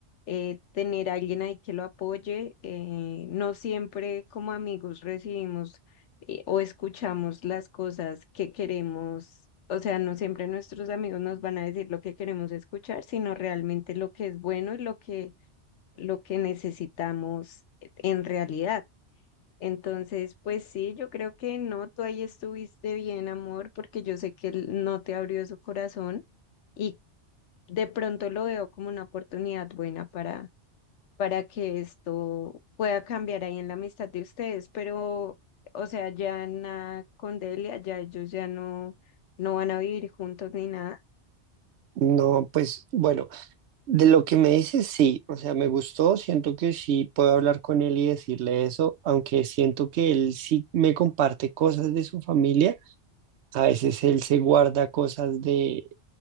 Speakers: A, on the left; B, on the right.
A: eh, tener a alguien ahí que lo apoye. eh, no siempre como amigos recibimos eh, o escuchamos las cosas que queremos. O sea, no siempre nuestros amigos nos van a decir lo que queremos escuchar, sino realmente lo que es bueno y lo que, lo que necesitamos en realidad. Entonces, pues sí, yo creo que no, tú ahí estuviste bien, amor, porque yo sé que él no te abrió su corazón y de pronto lo veo como una oportunidad buena para para que esto pueda cambiar ahí en la amistad de ustedes, pero, o sea, ya Ana con Delia, ya ellos ya no, no van a vivir juntos ni nada.
B: No, pues bueno. De lo que me dices, sí, o sea, me gustó, siento que sí puedo hablar con él y decirle eso, aunque siento que él sí me comparte cosas de su familia, a veces él se guarda cosas de,